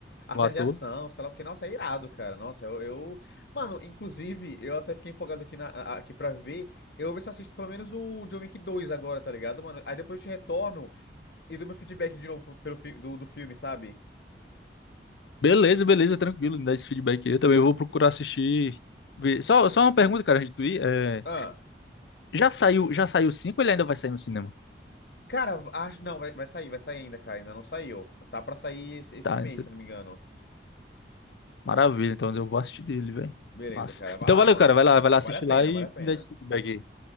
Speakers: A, on the left; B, on the left.
A: A
B: o
A: cena
B: ator.
A: de ação, sei lá o que. Nossa, é irado, cara. Nossa, eu, eu- Mano, inclusive, eu até fiquei empolgado aqui, na, a- aqui pra ver. Eu vou ver se eu assisto pelo menos o John Wick 2 agora, tá ligado, mano? Aí depois eu te retorno e dou meu feedback de novo pro- pelo, fi- do, do filme, sabe?
B: Beleza, beleza, tranquilo, me dá esse feedback aí. Eu também vou procurar assistir. ver. Só, só uma pergunta, cara, antes de tu ir. É,
A: Ah.
B: Já saiu, já saiu cinco ou ele ainda vai sair no cinema?
A: Cara, acho. Não, vai, vai sair, vai sair ainda, cara. Ainda não saiu. Tá pra sair esse, esse
B: Tá,
A: mês,
B: então-
A: se eu não me engano.
B: maravilha. Então eu vou assistir dele, velho.
A: Beleza,
B: Massa.
A: cara. Vai
B: Então
A: lá,
B: valeu,
A: mano.
B: cara. Vai lá, vai lá
A: Vale
B: assistir
A: a pena,
B: lá e
A: vale a pena.
B: me dá esse feedback aí.